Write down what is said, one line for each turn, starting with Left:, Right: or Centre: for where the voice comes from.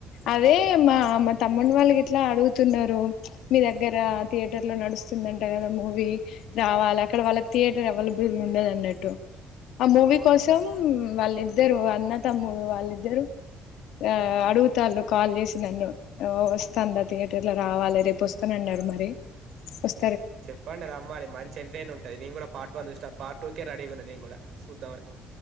Left: అదే మా మా తమ్ముణ్ణి వాళ్ళు గిట్ల అడుగుతున్నారు. మీ దగ్గర థియేటర్ లో నడుస్తుందంట కదా. మూవీ రావాల అక్కడ వాళ్ళకి థియేటర్ అవైలబుల్ ఉండ్ డద్ అన్నట్టు ఆ మూవీ
Right: అవునా
Left: కోసం వాళ్ళిద్దరు అన్న తమ్ముడు వాళ్ళిద్దరు ఆ అడుగుతాల్లు కాల్ చేసి నన్ను వస్తాందా థియేటర్ లో రావాలి రేపు వస్తూన ర మరి వస్
Right: చెప్పండి రమ్మని మంచి ఎంటర్టటైన్ ఉంటది నేను కూడా పాటు వన్ చూ త పార్టీ టూకే రెడీగా ఉన్న నేను గూడా సుద్దామనే